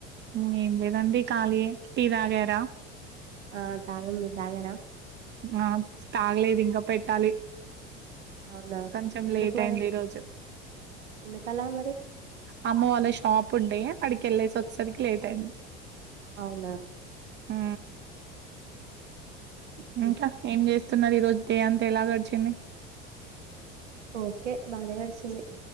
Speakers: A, on the right; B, on the right.
A: ఊ ఏం లేదండి, ఖాళీయే టీ దాగారా.
B: ఆ తాగాం. మీర్ తాగారా.
A: ఆ తాగలేదు. ఇంక పెట్టాలి.
B: అవునా!
A: కొంచెం
B: ఎందుకు
A: లేట్
B: మరి?
A: అయింది. ఈ రోజు,
B: ఎందుకలా మరి?
A: అమ్మ వాళ్ళ షాప్. ప్పుడే అడికేల్లేసొస్సరికి లేట్ అయింది.
B: అవునా.
A: ఊ
B: హుహు.
A: ఇంకా, ఏం చేస్. స్తున్నారు. ఈ రోజు డే అంతా ఎలా గడిచింది.
B: ఓకే బానే గడిచింది.